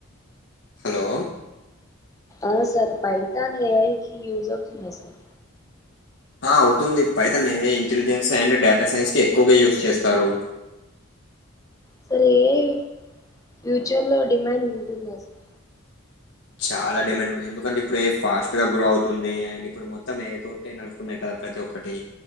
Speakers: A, on the left; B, on the left.
A: హలో
B: ఆ సార్ పైతాన్ ఏ ఐకి యూజ్. అవుతుందసార్
A: ఆ అవుతుంది పైతనే ఇంటెలిజెన్స్ అండ్ డేటా సైన్స్ కి ఎక్కువగా యూజ్ చేస్తారు
B: సార్ ఏ ఐ ఫ్యూచర్ లో డిమాండ్ ఉంటుందా సార్
A: చాలా డిమాండ్ ఉంది ఎందుకంటే ఇప్పుడు ఏ ఫాస్ట్ గా గ్రో అవుతుంది ఆండ్ ఇప్పుడు మొత్తం ఏ తోటి అన్ని నడుస్తున్నాయి కదా ప్రతి ఒక్కటి